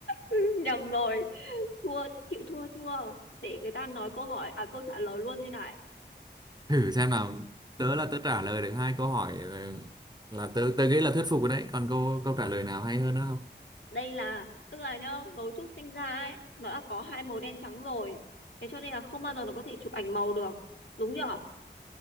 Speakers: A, on the left; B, on the right.
A: Ừ, nhầm rồi thua chịu thua chưa để người ta nói câu hỏi à câu trả lời luôn đây này
B: thử xem nào tớ là tớ trả lời được hai câu hỏi ờ, là tớ tớ nghĩ là thuyết phục rồi đấy còn câu câu trả lời nào hay hơn nữa không
A: đây là tức là nhá gấu trúc sinh ra ấy nó đã có hai màu đen trắng rồi thế cho nên là không bao giờ nó có thể chụp ảnh màu được đúng chưa